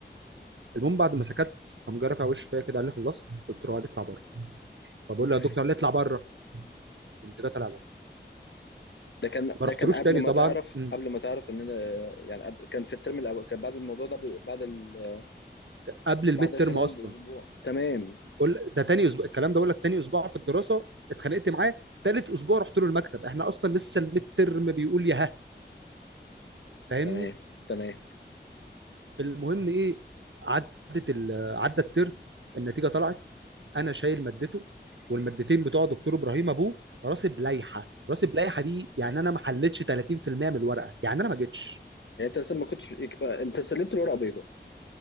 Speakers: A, on the right (about 85°); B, on the left (about 80°).
A: المهم بعد ما سكت قام جرف على وشه فيا كده قال لي خلصت قلت له قال اطلع بره فبقول
B: اوف
A: له يا دكتور قال لي اطلع بره قمت جاي طالع بره
B: ده كان
A: ما
B: ده
A: رحتلوش
B: كان قبل
A: تاني
B: ما
A: طبعا
B: تعرف
A: مم.
B: قبل ما تعرف ان انا آه، يعني قبل- كان في الترم الاول كان بعد الموضوع ده ب- بعد ال...
A: قبل الميد
B: بعد الخناقه
A: ترم اصلا
B: باسبوع تمام
A: بقول ده تاني اسبوع الكلام ده بقول لك تاني اسبوع في الدراسه اتخانقت معاه تالت اسبوع رحت له المكتب احنا اصلا لسه الميد ترم بيقول يا ها فاهمني
B: تمام تمام
A: المهم ايه عدت ال... عدى الترم النتيجه طلعت انا شايل مادته والمادتين بتوع دكتور ابراهيم ابوه راسب لائحه راسب لائحه دي يعني انا ما حلتش 30% من الورقه يعني انا ما جيتش
B: يعني انت لسه ما كنتش إك- انت سلمت الورقه بيضاء